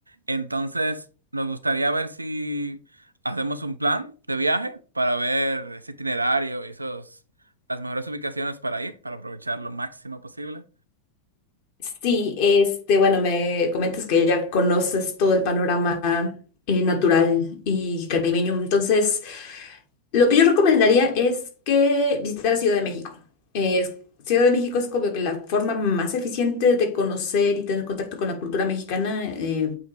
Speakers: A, on the right; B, on the left.
A: entonces nos gustaría ver si hacemos un plan de viaje para ver ese itinerario y esos, las mejores ubicaciones para ir, para aprovechar lo máximo posible.
B: Sí, este, bueno, me comentas que ya conoces todo el panorama eh, natural y caribeño. Entonces, Lo que yo recomendaría es que visitara Ciudad de México. Eh, Ciudad de México es como que la forma más eficiente de conocer y tener contacto con la cultura mexicana eh,